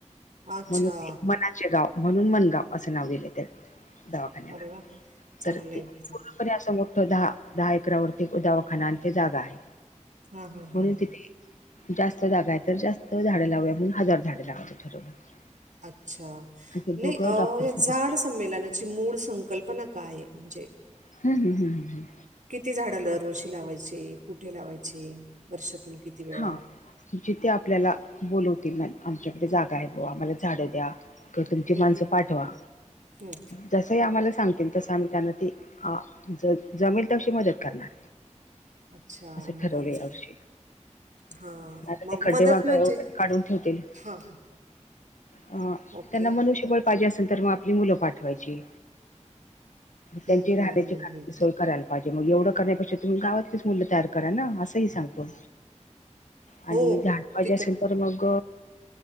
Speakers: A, on the right; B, on the left.
A: वा अच्छा
B: म्हणून मनाचे गाव म्हणून मनगाव असं नाव दिलय त्या दवाखान्याला
A: अरे वा चांगलं
B: तर ते
A: आहे हे.
B: पण असं मोठं दहा दहा एकरावरती दवाखाना आणि ते जागा आहे.
A: हां हां
B: म्हणून
A: हां
B: तिथे जास्त जागा आहे तर जास्त झाडं लावूया म्हणून हजार झाडं लावायचं ठरवलं. आणि
A: अच्छा
B: ते
A: नाही
B: दोघं
A: अ
B: डॉक्टर
A: या झाड संमेलनाची मूळ संकल्पना काय म्हणजे.
B: हम् ह हम् ह.
A: किती झाडं दरवर्षी लावायचे कुठे लावायचे वर्षातून किती वेळा
B: हा जिथे आपल्याला बोलवतील ना आमच्याकडे जागा आहे बवा आम्हाला झाडं द्या. तर तुमची
A: हम्म
B: माणसं पाठवा
A: हम्म
B: जसंही आम्हाला सांगतील तसं आम्ही त्यांना ती ज जमेल तशी मदत करणार.
A: अच्छा
B: असे
A: मग
B: ठरोवे आश
A: हा
B: म ते
A: मग
B: खड्डे
A: मदत
B: वागळे
A: म्हणजे
B: वगैरे काढून ठेवतील.
A: हा
B: अ
A: ओके
B: त्यांना मनुष्यबळ पाहिजे असेल तर मग आपली मुलं पाठवायची. त्यांची
A: हम्म हम्म
B: राहण्याची
A: हम्म
B: खज
A: हम्म
B: सोय करा. पाहिजे मग एवढं करण्यापेक्षा तुम्ही गावातच मुलं तयार करा ना असंही सांगतो. आणि
A: हो
B: झाड पाहिजे
A: तिथं
B: असेल तर मग